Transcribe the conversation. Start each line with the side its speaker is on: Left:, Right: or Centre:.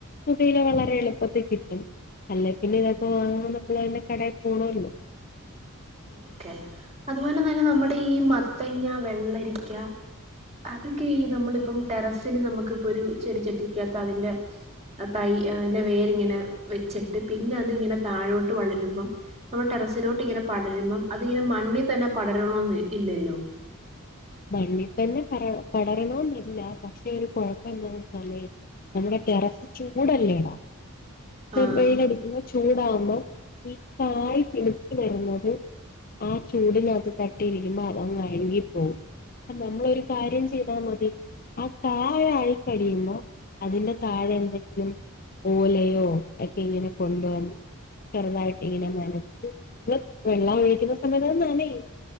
Left: പുകയിലെ വളരെ എളുപ്പത്തിൽ കിട്ടും അല്ലേ പിന്നെ ഇതൊക്കെ വാങ്ങൻ നമ്മള് അന്റെ കടയിൽ പോണല്ലോ
Right: ഓക്കെ അതുപോലെ തന്നെ നമ്മുടെ ഈ മത്തങ്ങ, വെള്ളരിക്ക അതൊക്കെ ഈ നമ്മളിപ്പം ടെറസിൽ നമുക്ക്പ്പൊ ഒരു ചെടിച്ചട്ടിക്കാത്ത അതിന്റെ ആ തൈ അയ്ന്റെ വേരിങ്ങനെ വെച്ചിട്ട് പിന്നെ അത് ഇങ്ങനെ താഴോട്ട് വളരുമ്പം നമ്മ ടെറസിലോട്ട് ഇങ്ങനെ പടരുമ്പം അതിങ്ങനെ മണ്ണിൽ തന്നെ പടരണോന്ന് ഇല്ലല്ലോ
Left: മണ്ണിൽ തന്നെ പറ പടരണോന്നില്ല പക്ഷെ ഒരു കുഴപ്പന്താന്ന് വെച്ചാല് നമ്മുടെ ടെറസ് ചൂടല്ലേടാ ഇച്ചിരി
Right: ആഹ്
Left: വെയിലടിക്കുമ്പോ ചൂടാവുമ്പോ ഈ കായ് പിടിച്ചു വരുന്നത് ആ ചൂടിനകത്ത് തട്ടി ഇരിക്കുമ്പോ അതങ് അഴുകി പോവും അല്ല നമ്മളൊരു കാര്യം ചെയ്താൽ മതി അ താഴെ ആയി കഴിയുമ്പോ അതിന്റെ താഴെ എന്തെങ്കിലും ഓലയോ ഒക്കെ ഇങ്ങനെ കൊണ്ടുവന്ന് ചെറുതായിട്ട് ഇങ്ങനെ നനച്ച് നമ്മള് വെള്ളം ഒഴിക്കുന്ന സമയത്ത് നനയും